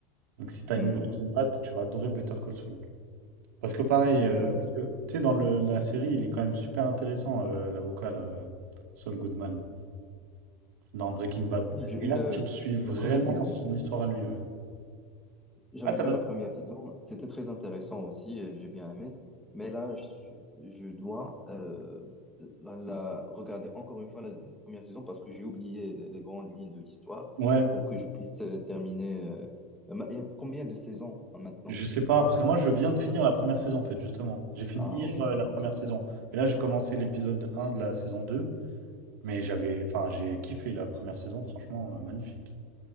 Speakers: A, on the right; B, in the centre.
A: Donc si t'as
B: Mhm.
A: aimé Breaking Bad, tu vas adorer Better Call Saul. Parce que pareil, euh,
B: Oui,
A: parce que, tu sais, dans le- la série, il est quand même super intéressant, euh, l'avocat, là, Saul Goodman, dans Breaking Bad.
B: oui, j'ai vu
A: Et là,
B: le-
A: tu le suis vraiment
B: la première saison.
A: son histoire à lui, ouais.
B: J'avais
A: Ah, t'as
B: vu
A: pas-
B: la première saison, c'était très intéressant aussi, et j'ai bien aimé. Mais là, je, je dois euh, la, la- regarder encore une fois la première saison parce que j'ai oublié les, les grandes lignes de l'histoire
A: Ouais,
B: pour que je puisse euh, terminer. euh, ma- il y a combien de saisons hein, maintenant?
A: je sais pas, parce que moi, je viens de finir la première saison, en fait, justement. J'ai fini
B: Ah,
A: hier,
B: ok,
A: euh, la
B: ok.
A: première saison. Et là, j'ai commencé l'épisode un de la saison 2. Mais j'avais, enfin, j'ai kiffé la première saison, franchement, euh, magnifique.